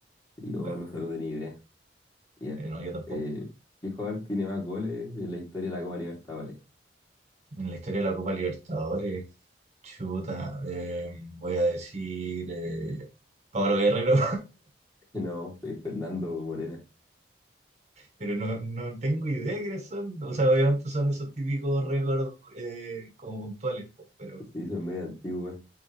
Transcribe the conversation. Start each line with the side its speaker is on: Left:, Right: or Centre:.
Left: yo
Right: Claro,
Left: no sé, no tenía idea. Ya.
Right: Eh, no, yo tampoco.
Left: Eh, ¿qué jugador tiene más goles en la historia de la Copa Libertadores? <laughs>
Right: En la historia de la Copa Libertadores, chuta, eh, voy a decir eh, Pablo Guerrero.
Left: No, fue Fernando Morena.
Right: pero no, no tengo idea de quiénes son. O sea, obviamente son esos típicos récords eh, como puntuales, po, pero
Left: Sí, hizo en medio antiguo, güey.